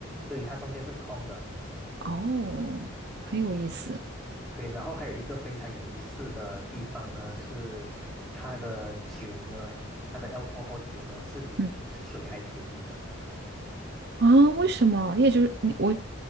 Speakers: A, in the centre; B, on the right.
A: 对，它中间是空的，
B: 哦，很有意思。
A: 对，然后还有一个非常有意思的地方呢，是它的酒呢，它的 alcohol 酒呢是比水还便宜的，
B: 嗯啊，为什么？也就是你我